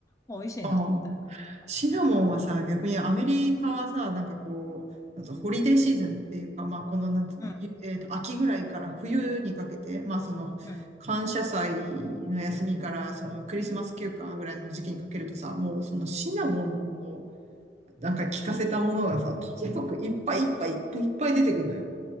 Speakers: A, on the left; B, on the right.
A: 美味しいな、
B: ああ、
A: みたいなのとか。
B: シナモンはさ、逆にアメリカはさ、なんかこう、なんつうのホリデーシーズンっていうか、まあ、この、なんつうの、
A: うん、う
B: ゆえっと、秋ぐらいから冬にかけて、まあ、その、
A: ん、うん。
B: 感謝祭の休みから、その、クリスマス休暇ぐらいの時期にかけるとさ、もう、そのシナモンの、なんか効かせたものがさ、とにかくいっぱいいっぱいいっぱいいっぱい出てくるのよ。